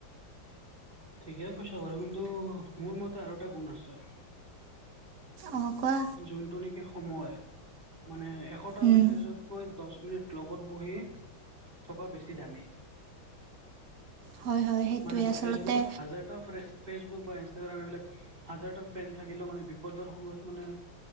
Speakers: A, on the right; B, on the right.
A: ঠিকে কৈছ বাৰু কিন্তু মোৰ মতে আৰু এটা গুণ আছে
B: অ কোৱা
A: যোনটো নেকি সময় মানে এশটা
B: উম,
A: মেছেজত কৈ দহ মিনিট লগত বহি থকা বেছি দামী
B: হয় হয় সেইটোৱে
A: মানে চোৱা
B: আচলতে
A: ফেচবুকত হাজাৰ ফ্ৰ ফেচবুক বা ইনষ্টাগ্ৰাম এইবিলাক হাজাৰটা ফ্ৰেণ্ড থাকিলেও মানে বিপদৰ সময়ত মানে